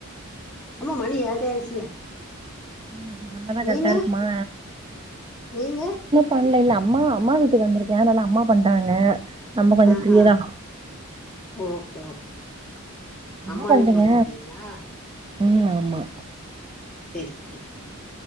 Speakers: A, in the centre; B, on the right (about 20°).
A: அம்மா மணி ஏழ்ர ஆயிடுச்சுல
B: அது வந்தாதா கரெக்ட்டா
A: நீங்க
B: இருக்குமா
A: நீங்க
B: பண்ண இல்ல அம்மா அம்மா வீட்டுக்கு வந்திருக்கே அனால அம்மா பண்றாங்க நம்ம கொஞ்சோ
A: ஆஹா
B: ஃப்ரீயாதா
A: ஓகே ஓகே
B: என்ன
A: அம்மா
B: பண்றீங்க
A: வீட்டுக்கு வந்திருக்கீங்களா
B: ம் ஆமா
A: செரி செரி